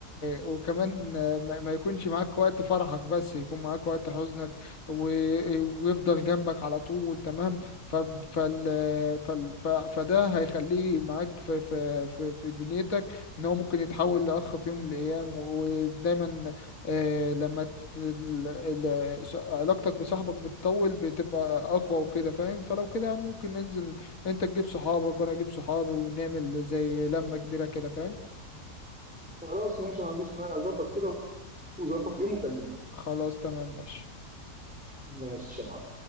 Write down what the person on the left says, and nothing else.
وكمان ما ما يكونش معاك وقت فرحك بس يكون معاك وقت حزنك و... ويفضل جنبك على طول تمام ف... فال... فال... ف... فده هيخليه معاك في في في, في دنيتك ان هو ممكن يتحول لاخ في يوم من الايام ودايما آه لما ت... ال... ال... ص- علاقتك بصاحبك بتطول بتبقى اقوى وكده فاهم فلو كده يا عم ممكن ننزل انت تجيب صحابك وانا اجيب صحابي ونعمل زي لمة كبيرة كده فاهم
خلاص تمام ماشي